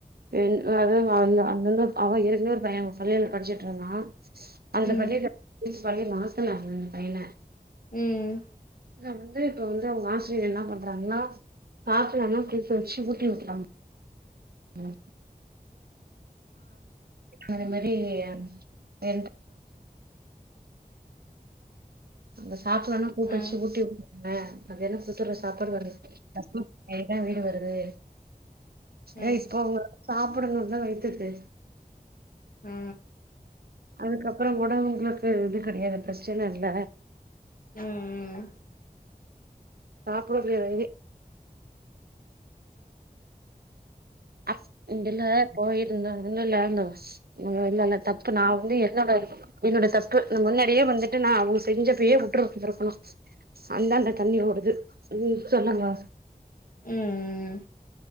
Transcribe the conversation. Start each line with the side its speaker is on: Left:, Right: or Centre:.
Right: என் அது வாழ்ந்தா அந்தந்த அவ ஏற்கனவே ஒரு பைய சொல்லலே படிச்சிட்டு இருந்தா அந்த
Left: ம் ம்
Right: பள்ளில <inaudible> மாஸ்ட்டன் ஆக்குன அந்த பையன
Left: ம்
Right: இங்க வந்து இப்ப வந்து அவுங்க ஆசிரியர் என்ன பண்றாங்னா சாப்லன்னா புடிச்சி வச்சி ஊட்டி உட்டுறாங்க ம் அதே மாரி யம் <inaudible> அந்த சாப்ல்லன்னா கூட்டு
Left: ம்
Right: வச்சு ஊட்டி உடுனுல அது என்ன குடுத்துற சாப்பாடு <inaudible> அதுதா விடு வருது
Left: ம்
Right: ஏ போ சாப்புடுனுனா வீட்டுக்கு
Left: அ
Right: அதுக்கப்றோ கூட உங்ளுக்கு இது கெடயாது பிரச்சன இல்ல
Left: ம் ம்
Right: பாப்பற்லே இது அப் இதுல போய் இருந்த இன்னு லேண்ட் வாஷ் இல்ல இல்ல தப்பு நா வந்து என்னோட இதுக்கு என்னோட தப்பு நா முன்னாடியே வந்துட்டு நா அவுங்க செஞ்சப்பயே உட்ருந்ருக்கனோ அந்தா இந்த தண்ணி வருது சொன்னமிலா
Left: ம் ம்